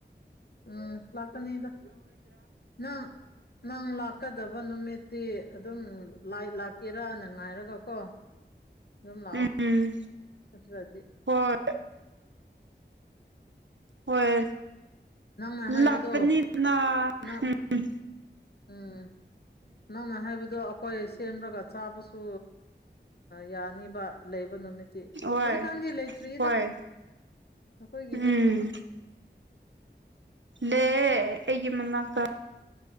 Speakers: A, on the left; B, on the right.
A: ꯎꯝ ꯂꯥꯛꯀꯅꯤꯗ ꯅꯪ ꯅꯪ ꯂꯥꯛꯀꯗꯕ ꯅꯨꯃꯤꯠꯇꯤ ꯑꯗꯨꯝ ꯂꯥꯏ ꯂꯥꯛꯀꯦꯔꯥꯅ ꯉꯥꯏꯔꯒ ꯀꯣ
B: <inaudible>
A: ꯑꯗꯨꯝ ꯂꯥꯛꯑꯣ
B: ꯎꯝ
A: ꯅꯠꯇ꯭ꯔꯗꯤ
B: ꯍꯣꯏ ꯍꯣꯏ
A: ꯅꯪꯅ ꯍꯥꯏꯕꯗꯣ
B: ꯂꯥꯞꯄꯅꯤꯅ
A: ꯅꯪ
B: ꯎꯝ
A: ꯎꯝ ꯅꯪꯅ ꯍꯥꯏꯕꯗꯣ ꯑꯩꯈꯣꯏ ꯁꯦꯝꯂꯒ ꯆꯥꯕꯁꯨ ꯌꯥꯅꯤꯕ ꯂꯩꯕ ꯏꯀꯣꯅꯨꯃꯤꯠꯇꯤ
B: ꯍꯣꯏ
A: ꯍꯧꯖꯤꯛꯀꯥꯟꯗꯤ ꯂꯩꯇ꯭ꯔꯤꯗ
B: ꯍꯣꯏ
A: ꯑꯩꯈꯣꯏꯒꯤꯗꯤ
B: ꯎꯝ ꯂꯩꯌꯦ ꯑꯩꯒꯤ ꯃꯅꯥꯛꯇ